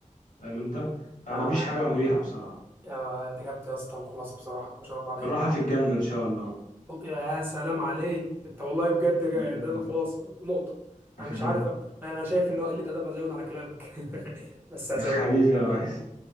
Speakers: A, on the left; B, on the right.
A: فاهم انت فمفيش
B: آه
A: حاجة مريحة بصراحة
B: آه انت جبت يا اسطى الخلاصه بصراحه ما شاء الله عليك
A: الراحة في الجنة ان شاء الله
B: يا سلام عليك انت والله بجد جا-
A: بإذن
B: ده الخلاصه نقطه انا
A: الله.
B: مش عارف ما انا شايف ان هو قله ادب ازود على كلامك <laughs> بس هزود
A: <laughs> حبيبي
B: يعني تمام
A: يا ريس